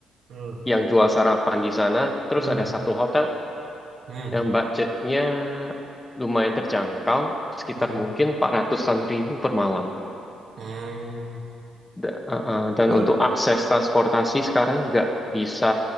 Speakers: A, on the right; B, on the left.
A: hmm,
B: yang jual sarapan di sana. Terus
A: hmm,
B: ada satu hotel
A: hmm,
B: yang budgetnya lumayan terjangkau, sekitar
A: hmm,
B: mungkin empat ratusan ribu per malam.
A: hmm.
B: Da- uh, uh, Dan
A: itu
B: untuk akses transportasi sekarang juga bisa